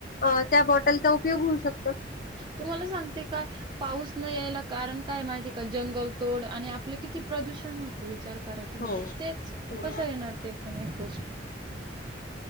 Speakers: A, on the left; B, on the right.
A: अ त्या बॉटलचा उपयोग होऊ शक
B: तुम्हाला सांगते काय पाऊस न यायला कारण काय माहितीय का जंगल तोड आणि आपलं किती प्रदूषण होत विचार करा तुम्ही
A: हो.
B: तेच
A: हो
B: कसा येणार ते पण एक गोष्ट